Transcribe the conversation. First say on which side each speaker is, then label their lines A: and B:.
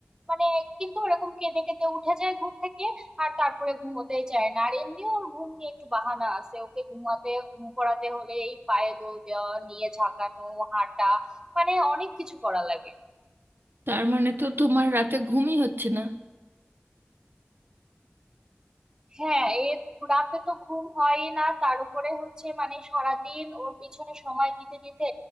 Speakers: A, on the right (about 20°); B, on the right (about 60°).
A: মানে কিন্তু ওরকম কেঁদে কেঁদে উঠে যায় ঘুম থেকে আর তারপরে ঘুমোতেই চায় না আর এমনি ওর ঘুম নিয়ে একটু বাহানা আছে ওকে ঘুমাতে ঘুম করাতে হলে এই পায়ে দোল দেওয়া নিয়ে ঝাঁকানো হাঁটা মানে অনেক কিছু করা লাগে
B: তার মানে তো তোমার রাতে ঘুমই হচ্ছে না
A: হ্যাঁ এর রাতে তো ঘুম হয়ই না তার উপরে হচ্ছে মানে সারাদিন ওর পিছনে সময় দিতে দিতে